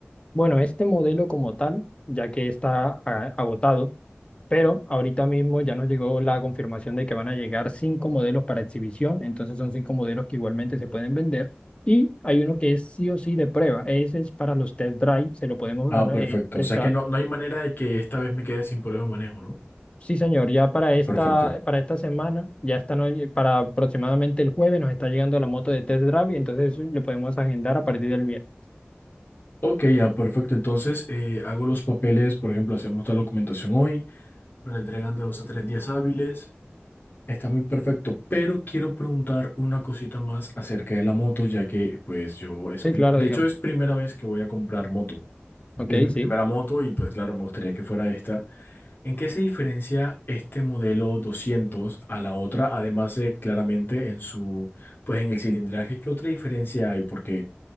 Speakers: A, on the left; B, on the left.
A: Bueno, este modelo como tal, ya que está ah, agotado, Pero ahorita mismo ya nos llegó la confirmación de que van a llegar cinco modelos para exhibición, entonces son cinco modelos que igualmente se pueden vender. Y hay uno que es sí o sí de prueba, ese es para los test drive, se lo podemos
B: Ah,
A: dar,
B: perfecto.
A: eh, prestar.
B: O sea que no, no hay manera de que esta vez me quede sin prueba de manejo, ¿no?
A: Sí, señor, ya para esta,
B: Perfecto.
A: para esta semana, ya está, para aproximadamente el jueves nos está llegando la moto de test drive, entonces eso le podemos agendar a partir del miércoles.
B: Ok, ya, perfecto. Entonces, eh, hago los papeles, por ejemplo, hacemos la documentación hoy, me la entregan de dos a tres días hábiles. Está muy perfecto, pero quiero preguntar una cosita más acerca de la moto, ya que pues yo, es
A: Sí,
B: pri-
A: claro,
B: de
A: digamos.
B: hecho es primera vez que voy a comprar moto.
A: Ok,
B: Es mi primera
A: sí.
B: moto y pues claro, me gustaría que fuera esta. ¿En qué se diferencia este modelo 200 a la otra? Además de claramente en su, pues en el cilindraje, ¿qué otra diferencia hay? Porque